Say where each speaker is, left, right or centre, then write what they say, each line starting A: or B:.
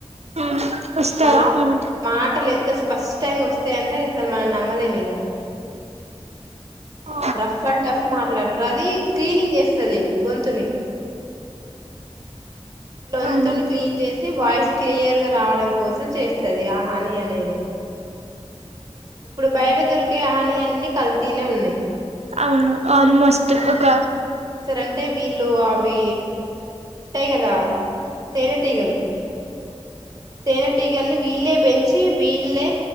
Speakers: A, on the right; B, on the right.
A: ఉమ్ వస్తదా
B: వాళ్ళక్
A: అలాంటి
B: మాటలు ఎంత స్పి ఫస్ట్ టైం గోస్తాయంటే అసలు మనం నమ్మలేమ్ ఇగ
A: ఆ
B: రఫ్ అండ్ టఫ్ మాట్లాడుత రవి క్లీనింగ్ చేస్తది గొంతుని గ్లొంతును
A: అవును
B: క్లీన్ చేసి వాయిస్ క్లియర్ గా రావడం కోసం చేస్తది ఆ హాని అనేది ఇప్పుడు బయట దొరికే హాని అన్ని కల్తినే ఉన్నయి
A: అవును ఆల్మోస్ట్ ఒక
B: అంటే వీళ్ళు అవి ఉంటాయి కదా తేనెటీగలు తేనెటీగల్ని వీళ్లే పెంచి వీళ్లే